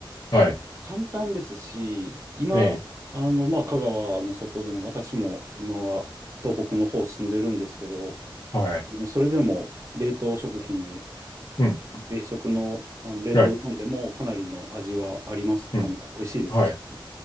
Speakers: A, on the left; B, on the right.
A: あ、はい。
B: あの簡単ですし、今、
A: ええ、
B: あのまあ、香川の外でも、私も今は東北の方住んでるんですけど、
A: はい。
B: それでも冷凍食品、
A: うん、
B: 冷食の、あの冷凍うどんでもかなりの味はあります、
A: はい。うん、
B: あの美味しいですし、
A: はい。